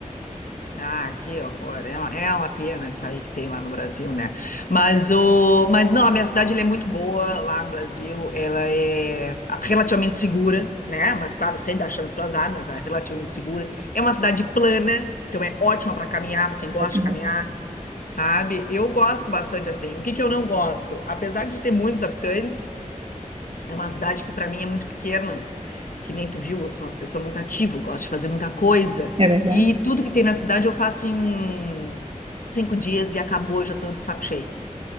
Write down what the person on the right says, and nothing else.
Ótimo.
É verdade.